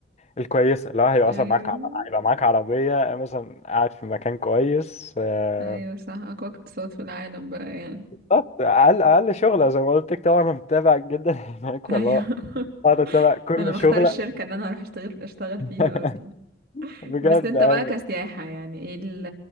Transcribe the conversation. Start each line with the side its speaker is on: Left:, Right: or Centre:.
Left: الكويسه اللي هو هيبقى
Right: ايوه
Left: مثلا معاك ع- هيبقى معاك عربيه مثلا قاعد في مكان كويس آه،
Right: ايوه صح اقوى اقتصاد في العالم بقى يعني
Left: بالظبط اقل اقل شغله زي ما قلت لك طبعا انا متابع جدا هناك
Right: ايوه
Left: والله
Right: <laughs>
Left: قاعد اتابع كل
Right: انا مختار
Left: شغله
Right: الشركه اللي انا هروح اشتغل اشتغل فيها
Left: <laughs>
Right: اصلا
Left: بجد
Right: بس انت
Left: ايوه
Right: بقى كسياحه يعني ايه ال